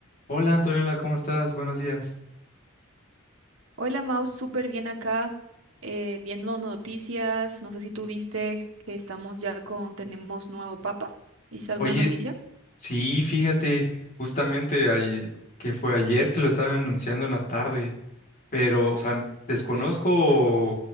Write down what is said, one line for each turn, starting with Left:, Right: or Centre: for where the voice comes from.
Left: Hola Antonella, ¿cómo estás? Buenos días.
Right: Hola Mau, súper bien acá, eh, viendo noticias. No sé si tú viste que estamos ya con, tenemos nuevo papa. ¿Viste alguna
Left: Oye,
Right: noticia?
Left: sí, fíjate, justamente ahí, que fue ayer que lo estaban anunciando en la tarde, pero, o sea, desconozco,